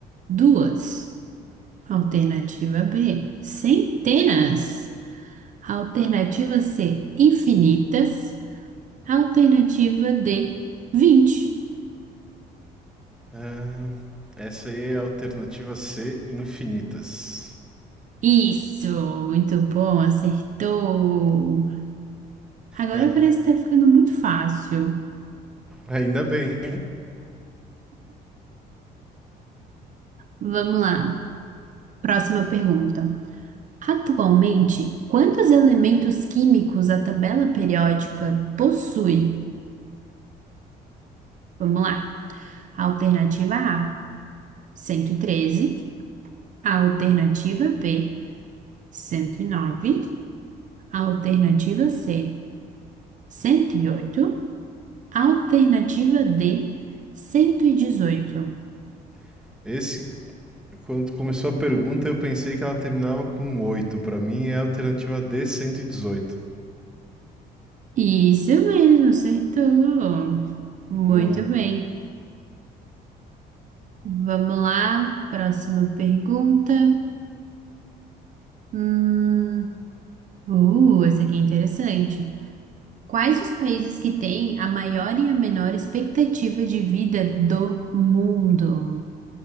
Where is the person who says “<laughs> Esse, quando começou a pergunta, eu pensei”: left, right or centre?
Centre